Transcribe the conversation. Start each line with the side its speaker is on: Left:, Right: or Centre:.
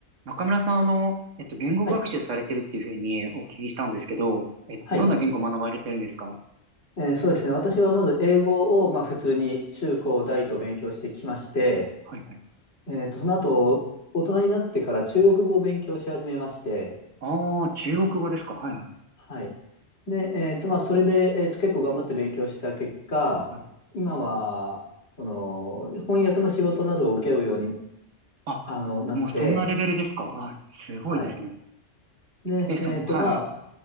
Right: 中村さん、あの、えっと、言語学習されてるっていうふうにお聞きしたんですけど、
Left: はい。
Right: え、
Left: はい。
Right: どんな言語学ばれてるんですか
Left: えーそうですね。私はまず英語を、まあ、普通に中高大と勉強してきまして、
Right: はいはい。
Left: えーと、その後、大人になってから中国語を勉強し始めまして、
Right: ああ、中国語ですかはいはい。
Left: はい。で、えーと、まあ、それで、えーと、結構頑張って勉強した結果、
Right: はい。
Left: 今は、その、翻訳の仕事などを受けるように、
Right: あ、
Left: あの、なって、
Right: もうそんなレベルですかあ、すごいですね。
Left: はい。で、
Right: え、その、
Left: えーと、
Right: はい。
Left: ま